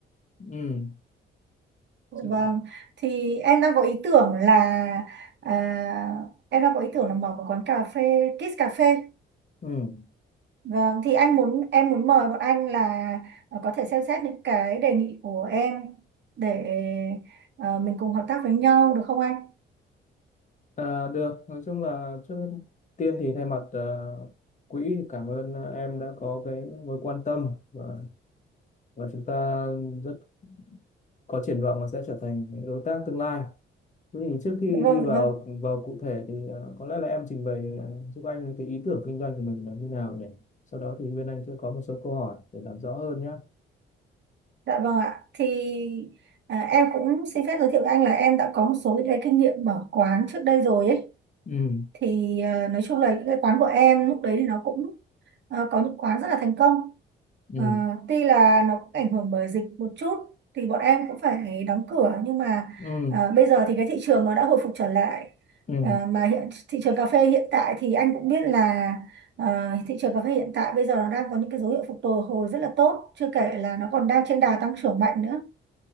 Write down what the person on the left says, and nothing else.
ừ
dự ạ.
ừ
à, được nói chung là trước tiên thì thay mặt ờ, quỹ thì cảm ơn ờ, em đã có cái mối quan tâm và và chúng ta rất có triển vọng là sẽ trở thành những đối tác tương lai thế thì trước khi
đi vào
vào cụ thể thì ờ, có lẽ là em trình bày ờ, giúp anh cái ý tưởng kinh doanh của mình là như nào nhỉ sau đó thì bên anh sẽ có một số câu hỏi để làm rõ hơn nhé
ừ
ừ
ừ
ừ